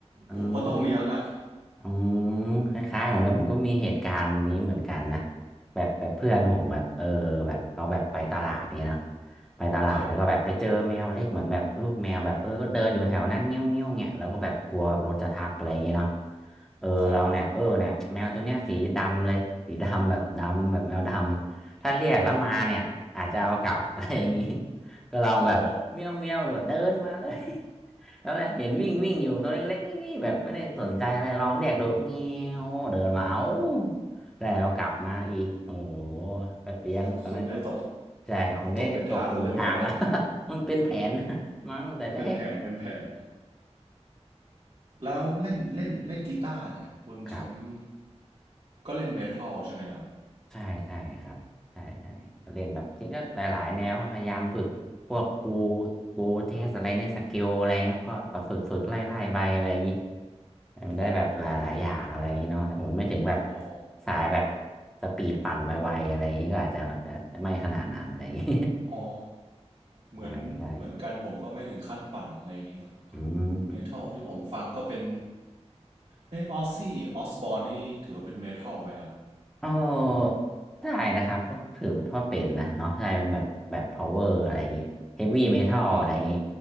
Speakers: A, in the centre; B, on the right.
A: อืม
B: ผมก็ต้องเลี้ยงอ่ะ
A: อืมคล้ายๆผมแล้วผมก็มีเหตุการณ์นี้เหมือนกันนะแบบแบบเพื่อนผมแบบเออแบบเขาแบบไปตลาดนี่เนาะไปตลาดแล้วก็แบบไปเจอแมวเล็กเหมือนแบบลูกแมวแบบเออก็เดินอยู่แถวนั้นเงี้ยวเงี้ยวเงี้ยแล้วก็แบบกลัวแบบรถจะทับอะไรอย่างเงี้ยเนาะ
B: ครับ
A: เออเราเนี่ยเออเนี่ยแมวตัวเนี้ยสีดำเลยสีดำแบบดำแบบแมวดำถ้าเรียกแล้วมาเนี่ยอาจจะเอากลับ
B: ครับ
A: <laughs> อะไรอย่างงี้ก็ลองแบบเมี้ยวเมี้ยวเดินมาเลย
B: อ๋อ
A: แล้วแรกเห็นวิ่งวิ่งอยู่ตัวเล็กๆงี้ๆแบบไม่ได้สนใจอะไรลองเรียกโดดเงี้ยวเดินมาเอาแล้วกลับมาอีกโอ้โหก็เลี้ยงตอนนั้นก็
B: <laughs> คุณได้ตก
A: ใช่คนได้ตกหลุมพรางแล้ว
B: ตกเป็นทาสแล้วเรียบร้อย
A: <laughs> มันเป็นแผน <laughs> มาตั้งแต่แรก
B: <laughs> เป็นแผนเป็นแผนแล้วเล่นเล่นเล่นกีตาร์เนี่ยคุณแชมป์
A: ครับ
B: ก็เล่นเมทัลใช่ไหมครับ
A: ใช่ใช่ครับใช่ใช่ก็เล่นแบบจริงก็หลายๆแนวครับพยายามฝึกพวกปูปูเทสอะไรเนี่ยสเกลอะไรเงี้ยครับก็แบบฝึกฝึกไล่ไล่ไปอะไรอย่างนี้แต่มันได้แบบหลายๆอย่างอะไรอย่างนี้เนาะแต่ผมไม่ถึงแบบ
B: อ๋อ อ๋อ
A: สายแบบสปีดปั่นไวๆอะไรอย่างนี้ก็อาจจะจะจะไม่ขนาดนั้นอะไรอย่างนี้
B: อ๋อ
A: <laughs>
B: เหมือนเหมือนกันผมก็ไม่ถึงขั้นปั่นอะไรอย่างเงี้ย
A: ใช่ใช่อื
B: เมทัลที่ผมฟังก็เป็น
A: ม
B: เอออ z ซซี่ออสบอร์นนี่ถือว่าเป็นเมทัลไหมครับ
A: เออได้นะครับก็ถือว่าเป็นนะเนาะใช่เป็นแบบแบบ power อะไรอย่างงี้ heavy metal
B: อืม
A: อะไรอย่างงี้